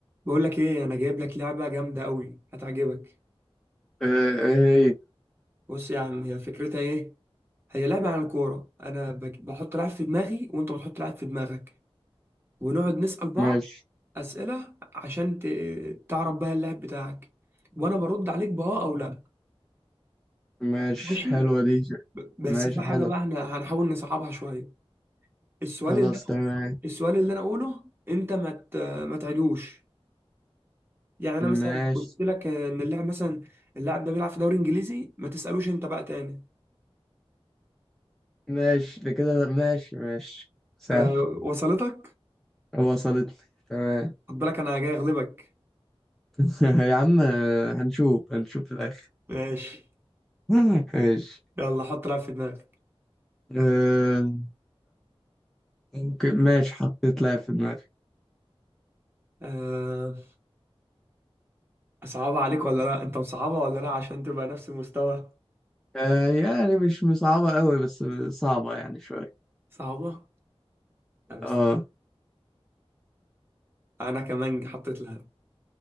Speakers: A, on the right; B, in the centre.
A: بقول لك ايه انا جايب لك لعبه جامده قوي هتعجبك
B: آه، ايه
A: بص يا عم هي فكرتها ايه هي لعبه عن الكوره انا بج- بحط لعب في دماغي وانت بتحط لعب في دماغك ونقعد نسال بعض
B: ماشي
A: اسئله عشان ت... تعرف بقى اللاعب بتاعك وانا برد عليك باه او لا
B: ماشي
A: ماشي
B: حلوة دي
A: ب- بس
B: ماشي
A: في حاجه
B: حلو
A: بقى احنا هنحاول نصعبها شويه السؤال
B: خلاص
A: اللي انا
B: تمام
A: السؤال اللي انا اقوله انت ما ت... ما تعدوش يعني انا مثلا
B: ماشي
A: لو قلت لك ان اللاعب مثلا اللاعب ده بيلعب في دوري انجليزي ما تسالوش انت بقى تاني
B: ماشي ده كده ماشي ماشي سهل
A: أه وصلتك
B: وصلتني تمام
A: خد بالك انا جاي اغلبك
B: <laughs> يا عم آه، هنشوف هنشوف في الآخر
A: ماشي
B: <laughs> ماشي
A: يلا حط لعب في دماغك
B: آه، ممكن ماشي حطيت لها في دماغي
A: أه صعبة عليك ولا لا انت مصعبة ولا لا عشان تبقى نفس المستوى
B: آه، يعني مش صعبة قوي بس صعبة يعني شوية
A: صعبة أه بس
B: اه
A: انا كمان حطيت لها